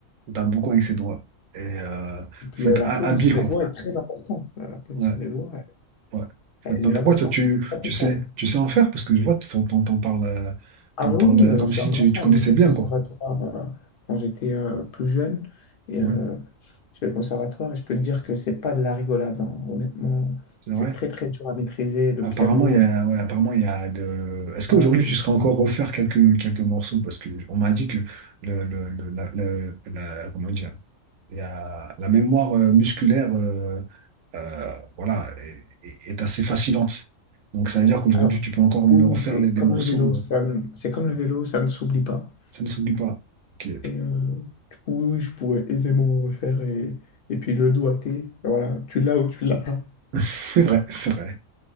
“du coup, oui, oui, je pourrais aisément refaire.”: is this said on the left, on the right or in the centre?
Left